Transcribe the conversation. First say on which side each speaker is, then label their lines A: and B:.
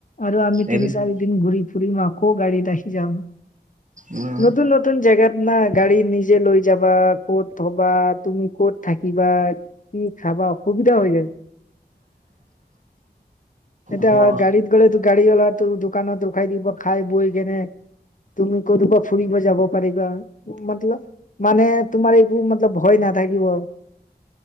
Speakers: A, on the left; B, on the right.
A: আৰু আমি তিনি
B: এৰি দিব
A: চাৰি দিন ঘূৰি ফুৰিম আকৌ গাড়ীত আহি যাম
B: উম
A: নতুন নতুন জেগাৰ নাই গাড়ী নিজে লৈ যাবা ক'ত থ'বা, তুমি ক'ত থাকিবা, কি খাবা? অসুবিধা হৈ যায়। এতিয়া
B: অ
A: গাড়ীত গ'লেতো গাড়ীঅলা তোৰ দোকানত ৰখাই দিব খাই বৈ কেনে তুমি কতোপা ফুৰিব যাব পাৰিবা মতল মানে তোমাৰ একো মতলব ভয় নাথাকিব